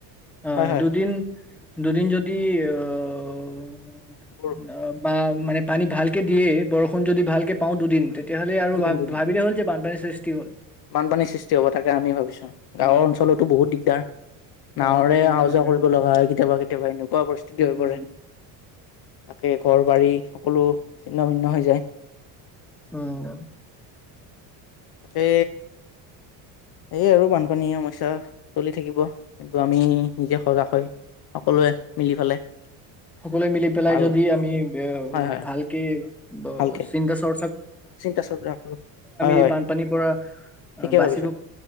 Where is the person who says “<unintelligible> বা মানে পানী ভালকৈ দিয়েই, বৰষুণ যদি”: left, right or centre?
Centre